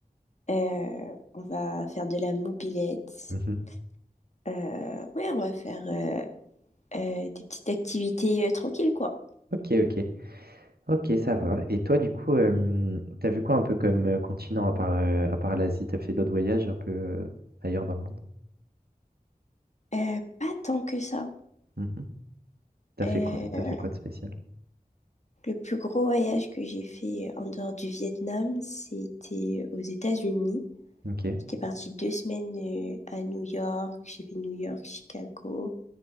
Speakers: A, on the left (about 45°); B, on the right (about 85°).
A: Euh, on va faire de la mobilette.
B: Mhm.
A: Euh, ouais, on va faire euh, euh, des petites activités euh, tranquilles, quoi.
B: Ok, ok. Ok, ça va. Et toi, du coup, euh, t'as vu quoi un peu comme euh, continent à part, euh, à part l'Asie? T'as fait d'autres voyages un peu euh, ailleurs dans le monde?
A: Euh, pas tant que ça.
B: Mhm. T'as
A: Euh,
B: fait quoi, t'as fait quoi de spécial?
A: Le plus gros voyage que j'ai fait euh, en dehors du Vietnam, c'était aux États-Unis.
B: Ok,
A: J'étais partie deux semaines euh, à New York. J'ai fait New York, Chicago